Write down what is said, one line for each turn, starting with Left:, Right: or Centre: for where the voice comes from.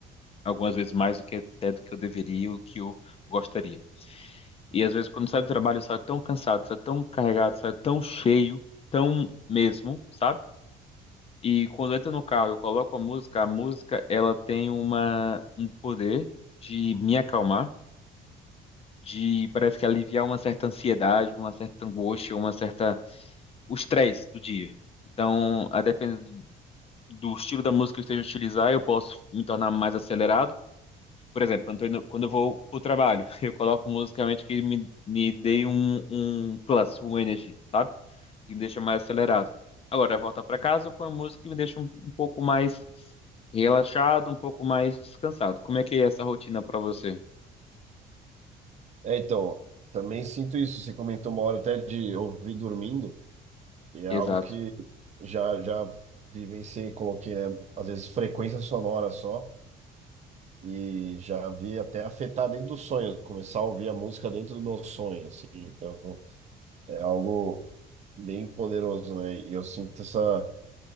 Left: Algumas vezes mais do que até do que eu deveria, o que eu gostaria. E às vezes, quando saio do trabalho, eu saio tão cansado, saio tão carregado, saio tão cheio, tão mesmo, sabe? E quando eu entro no carro, eu coloco a música, a música, ela tem uma, um poder de me acalmar, de parece que aliviar uma certa ansiedade, uma certa angústia, uma certa o estresse do dia. Então, a depender do estilo da música que eu esteja a utilizar, eu posso me tornar mais acelerado. Por exemplo, quando, eu tô indo- quando eu vou pro trabalho, <laughs> eu coloco musicalmente que me, me dê um, um plus, um energy, sabe? Que me deixa mais acelerado. Agora, voltar para casa, eu ponho música que me deixa um, um pouco mais relaxado, um pouco mais descansado. Como é que é essa rotina para você?
Right: É, então, também sinto isso. Você comentou uma hora até de ouvir dormindo, e é
Left: Exato.
Right: algo que já, já vivenciei, coloquei, né? Às vezes frequência sonora só. E já vi até afetar dentro do sonho, começar a ouvir a música dentro do meu sonho, assim. Então, é algo bem poderoso, né? E eu sinto essa